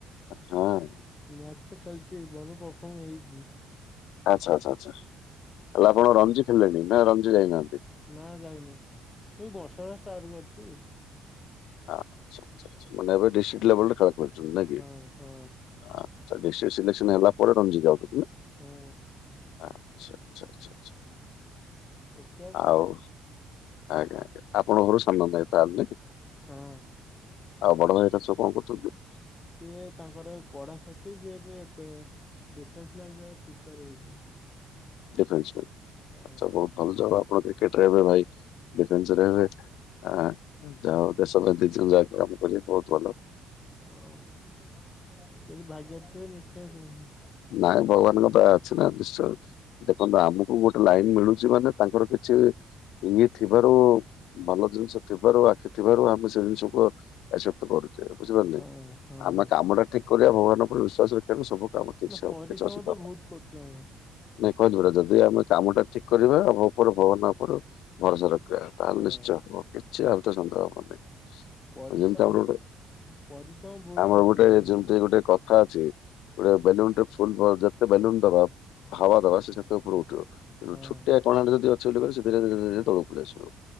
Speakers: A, on the left (about 80°); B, on the left (about 20°).
A: ହଁ
B: ମ୍ୟାଚ୍ ତ ଖେଳିଛି ବହୁ ପରଫମ୍ ହେଇଚି।
A: ଆଚ୍ଛା ଆଚ୍ଛା ଆଚ୍ଛା ହେଲେ ଆପଣ ରଞ୍ଜୁ ହେଲେନି, ନା ରଞ୍ଜୁ ଯାଇନାହାନ୍ତି।
B: ନା ଯାଇନି ଏଇ ବର୍ଷା ଷ୍ଟାର୍ଟ କରିଚି।
A: ଆଛା ଆଛା ଆଛା ମାନ ଏବେ ଡିଷ୍ଟ୍ରିକ୍ ଲେବଲରେ ଖେଳ କରଛ ନକି
B: ହଁ ହଁ
A: ଆ ଡିଷ୍ଟିକ ସିଲେକ୍ସନ ହେଲା ପରେ ରଞ୍ଜି ଯାଉ
B: ହୁଁ
A: ଆଛା, ଆଛା, ଆଛା, ଆଛା।
B: ଦେଖ୍ୟା
A: ଆଉ ଆଜ୍ଞା ଆଜ୍ଞା ଆପଣଙ୍କର ସାନଭାଇ <unintelligible>
B: ହଁ
A: ଆଉ ବଡ ଭାଇ ଚାଷ କଣ କରୁଛନ୍ତି?
B: ସିଏ ତାଙ୍କର ଏ ପଢା ସରିଚି ଯେ ଇବେ ଡିଫେନ୍ସ ଲାଇନ୍ ପାଇଁ ପ୍ରିପେୟାର ହଉଛନ୍ତି।
A: ଡିଫେନ୍ସ ପାଇଁ
B: ହଁ
A: ଆଛା ବହୁତ ଭଲ ଯବ ଆପଣ ପାଇଁ କ୍ରିକେଟ ର ଭାଇ ଡିଫେନ୍ସ ରହିବେ ଆ ଯାହଉ ଦେଶ ପାଇଁ ଦି ଯାକ କାମ କରିବେ ବହୁତ ଭଲ।
B: ହଉ ଯଦି ଭାଗ୍ୟରେ ଥିବେ ନିଶ୍ଚୟ କହିବି।
A: ନାଇଁ ଭଗବାନଙ୍କ ପା ଥନା ନିଶ୍ଚ ଦେଖନ୍ତୁ ଆମକୁ ଗୋଟେ ଲାଇନ୍ ମିଳୁଛି ମାନେ ତାଙ୍କର କିଛି ଇଏ ଥିବାରୁ ଭଲ ଜିନିଷ କେବର ବାକି ଥିବାରୁ ଆମେ ସେ ଜିନିଷ କୁ ଅ ଆସେପ୍ଟ କରୁଛେ ବୁଝିପାରୁିଲ
B: ହଁ ହଁ।
A: ଆମେ କାମ ଟା ଠିକ୍ କରିବା ଭଗବାନ ଉପରେ ବିଶ୍ଵାସ ରଖିବାକୁ ସବୁ କାମ ଠିକ
B: ନା
A: ସେ ହବ
B: ପରିଶ୍ରମ
A: କିଛି ଅସୁବିଧା
B: ତ
A: ହବନି।
B: ବହୁତ କରୁଛୁ ଆମେ।
A: ନାଇଁ କହିଲି ପରା ଯଦି ଆମେ କାମ ଟା ଠିକ୍ କରିବା ଆମ ଉପରେ ଭଗବନ ଉପରେ ଭରସା ର ତାହେଲେ
B: ହଁ
A: ନିଶ୍ଚୟ ହବ କିଛି ଆ ଭିତରେ ସନ୍ଦେହ ହବନି।
B: ପରିଶ୍ର
A: ଯେମିତି ଆମର
B: ଆମେ
A: ଗୋଟେ
B: ତ ପରିଶ୍ରମ ବହୁତ
A: ଆମର
B: କରୁଛନ୍ତି
A: ଗୋଟେ
B: ଯାଇକି
A: ଯେମିତି ଗୋଟେ କ ଅଛି ଗୋଟେ ବେଲୁନଟେ ଫୁଲ୍ ଯେତେ ବେଲୁନ ଦବା ହାୱା ଦବା ସେ ସେତେ ଉପରୁକୁ ଉଠିବ।
B: ହଁ
A: ଛୋଟିଆ କଣାରେ ଯଦି ଅଛି ବୋଲି ସେ ଧିରେ ଧିରେ ଧିରେ ଧିରେ ତକକୁ ପଳିଆସିବ।